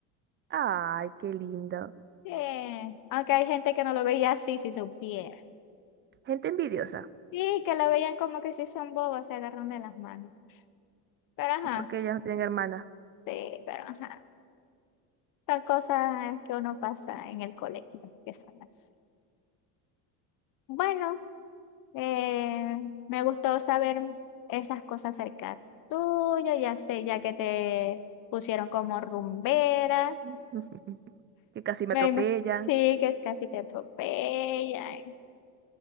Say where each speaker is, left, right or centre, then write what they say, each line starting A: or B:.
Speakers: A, on the right (about 30°); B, on the left (about 55°).
A: Ay, qué lindo.
B: sí aunque hay gente que no lo veía así si supiera.
A: Gente envidiosa.
B: sí que lo veían como que si son bobos, se agarran de las manos. Pero ajá,
A: Es porque ellas no tienen hermanas.
B: sí, pero ajá. Son cosas que uno pasa en el colegio, que son así. Bueno. Eh, me gustó saber esas cosas acerca tuya, ya sé, ya que te pusieron como rumbera.
A: <laughs> Que casi me
B: Me
A: atropellan.
B: imag- <laughs> sí, que es casi te atropellan.